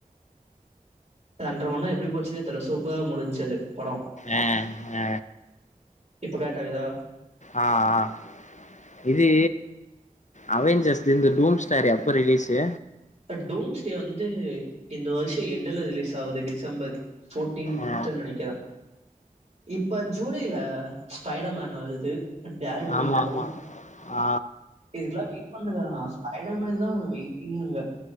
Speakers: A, on the right; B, on the left.
A: அ ரென்ற மண்னோர எப்டி போச்சுனே தெர்ல சூப்பரா முடிஞ்ச அது படோ
B: அ அ
A: இப்ப கரெட்டாகுதா
B: ஆ ஆ இது அவ ஜஸ் இந்த டூம் ஸ்டார் எப்ப ரிலீசு
A: டோம்ஸ்டே வந்து இந்த வருஷோ எண்டுல ரிலீஸ் ஆகுது டிசம்பர் ஃபோர்டீன்த்
B: ஆ
A: த்துன் நெனைக்கிற இப்ப ஜூலைல ஸ்பைடர்மேன் வருது டேட்வில்
B: ஆமா
A: வரு
B: ஆமா ஆ
A: இதுக்கெல்லா பண்ணுங்க நா ஸ்பைடர் மேனுக்கு தா வெயிட்டிங்குங்க